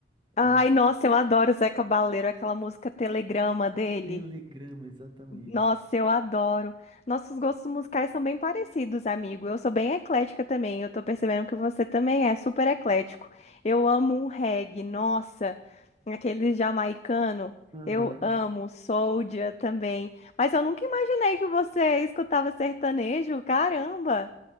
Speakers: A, on the left; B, on the right.
A: Ai,
B: eh,
A: nossa, eu adoro o Zeca Baleiro, aquela música Telegrama dele.
B: Telegrama, exatamente.
A: Nossa, eu adoro. Nossos gostos musicais são bem parecidos, amigo. Eu sou bem eclética também. Eu tô percebendo que você também é super eclético. Eu amo um reggae, nossa, aquele jamaicano.
B: Aham.
A: Eu amo Soulja também. Mas eu nunca imaginei que você escutava sertanejo. Caramba!